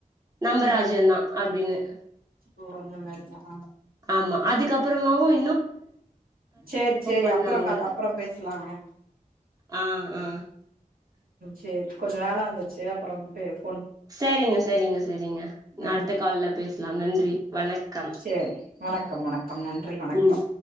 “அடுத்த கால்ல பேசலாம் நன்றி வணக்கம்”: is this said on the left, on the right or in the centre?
Right